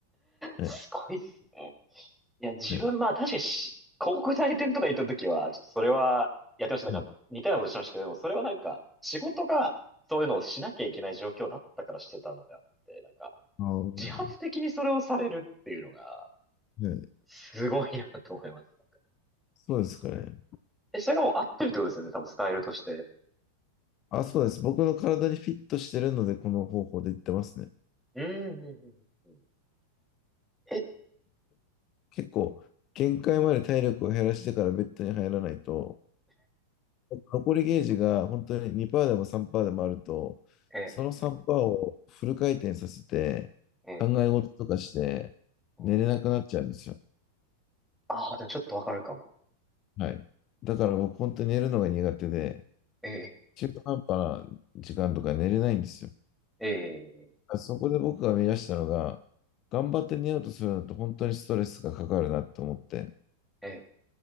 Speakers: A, on the left (about 35°); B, in the centre.
A: はい。
B: すごいっすね。いや、自分、
A: はい。
B: まあ確かにし、広告代理店とか行った時は、ちょっとそれはやってました。なんか似たようなことしてましたけど、
A: はい。
B: でもそれはなんか、仕事がそういうのをしなきゃいけない状況だったからしてたのであって、なんか、
A: あー
B: 自発的にそれをされるっていうのが、
A: はい、
B: すごいなと思います。なんか
A: そうですかね。
B: え、それがもう合ってるってことですよね、多分スタイルとして。
A: あ、そうです。僕の体にフィットしてるので、この方法で言ってますね。
B: うんうんうんうん。え、
A: 結構、限界まで体力を減らしてからベッドに入らないと、残りゲージが本当に2%でも3%でもあると、
B: ええ、
A: その3%をフル回転させて、
B: ええ、
A: 考え事とかして、
B: うん。
A: 寝れなくなっちゃうんですよ。
B: ああ、でもちょっとわかるかも。
A: はい。だから僕、本当に寝るのが苦手で、
B: ええ、
A: 中途半端な時間とか寝れないんですよ。
B: ええ、
A: そこで僕が見出したのが、頑張って寝ようとするのと本当にストレスがかかるなと思って、
B: ええ、